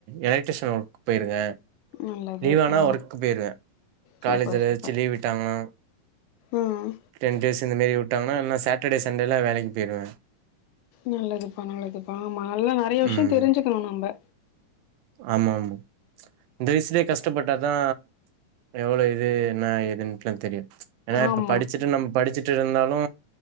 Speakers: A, on the right; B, on the left.
A: எலக்ட்ரிஷன் ஒர்க்கு போய்ருக்கே
B: நல்லது
A: லீவ் ஆனா
B: ஆ
A: ஒர்க்கு போயிருவே
B: சூப்பர்
A: காலேஜ்ல
B: சூப்பர்
A: ஏதாச்சு லீ விட்டாங்கன்னா
B: ம்
A: டென் டேஸ் இந்த மாரி விட்டாங்கன்னா என்ன சாட்டர்டே சண்டேலா வேலைக்கு போயிருவே
B: நல்லதுப்பா நல்லதுப்பா ஆமா நல்லா நெறைய விஷய
A: ம்
B: தெரிஞ்சுக்கணு நம்ம
A: ஆமா ஆமா இந்த வயசிலே கஷ்டப்பட்டாதா எவ்ளோ இது என்ன ஏதுன்ட்லா தெரியு ஏன்னா இப்ப
B: ஆமா
A: படிச்சுட்டு நம்ம படிச்சுட்டு இருந்தாலு